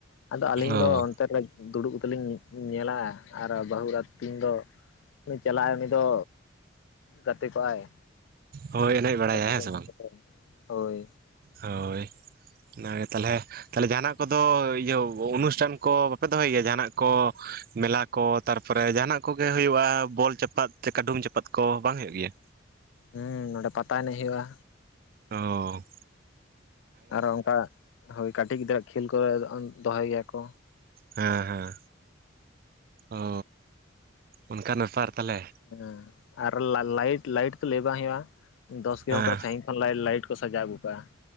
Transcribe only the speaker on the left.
ᱟᱫᱚ ᱟᱹᱞᱤᱧ
ᱫᱚ ᱚᱱᱛᱮ ᱨᱮᱼᱼ ᱫᱩᱲᱩᱵ ᱠᱟᱛᱮ ᱞᱤᱧ ᱧᱮᱞᱟ ᱟᱨ ᱵᱟᱹᱦᱩ ᱮᱨᱟ ᱛᱤᱧ ᱫᱚ ᱩᱱᱤ ᱪᱟᱞᱟᱜᱼᱟᱭ ᱩᱱᱤ ᱫᱚᱼᱼ ᱜᱟᱛᱮ ᱠᱚᱜᱟᱭ
ᱜᱟᱛᱮ
ᱠᱚ
ᱢᱮᱱᱟᱜ
ᱠᱚᱛᱟᱭᱟ ᱦᱳᱭ᱾
ᱦᱩᱸ ᱱᱚᱸᱰᱮ ᱯᱟᱛᱟ ᱮᱱᱮᱡ ᱦᱩᱭᱩᱜᱼᱟ᱾
ᱟᱨᱚ ᱚᱱᱠᱟ ᱦᱳᱭ ᱠᱟᱹᱴᱤᱡ ᱜᱤᱫᱽᱨᱟᱹ ᱠᱷᱮᱞ ᱠᱚ ᱫᱚᱦᱚᱭ ᱜᱮᱭᱟ ᱠᱚ᱾
ᱦᱮᱸ ᱟᱨ ᱞᱟᱭᱤᱴ ᱞᱟᱭᱤᱴ ᱛᱚ ᱞᱟᱹᱭ ᱵᱟᱝ ᱦᱩᱭᱩᱜᱼᱟ᱾ ᱫᱚᱥ ᱠᱤᱞᱳᱢᱤᱴᱟᱨ
ᱥᱟᱺᱜᱤᱧ ᱠᱷᱚᱱ ᱞᱟᱭᱤᱴ ᱞᱟᱭᱤᱴ ᱠᱚ ᱥᱟᱡᱟᱣ ᱟᱹᱜᱩ ᱠᱟᱜᱼᱟ᱾